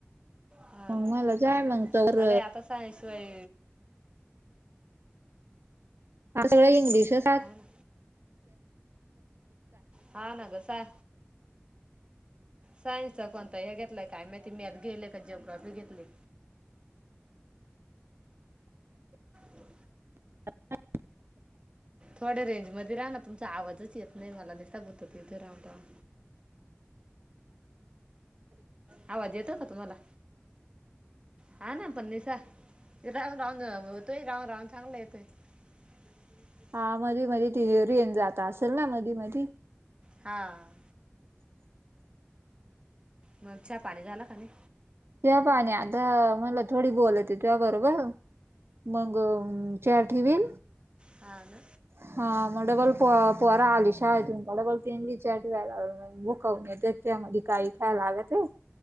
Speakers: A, on the right; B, on the right.
A: हा
B: मग
A: ना
B: मला जाय मग तर
A: बर आता सायन्स शिवाय
B: आ सगळं इंग्लिशच
A: हा ना हा ना ग सा सायन्सच कोणता हे घेतलं काय मा तती मॅथ घेले का जओग्राफी घेतली हो
B: ह
A: थोड्या रेंज मध्ये राह ना तुमचा आवाजच येत नाही मला दिसता गुत त इथे राहून राहून आवाज येत का तुम्हाला हा ना पण निसा राहून राहून होतोय राहून राहून चांगला येतोय. ह
B: हा मधी मध त हेर रेंज जात असेल ना मधी मधी
A: हा मग चहा पाणी झालं का नाही
B: त्या पाणी आता मला थोडी बोलत आहे तुया बरोबर मग चहा ठेवीन
A: हा ना
B: हा म डबल प पोरं आलि शाळेतून का डबल त्यांना ही चहा ठेवाव भुकोन येतेत त्यामध्ये काई खाय लागत आहे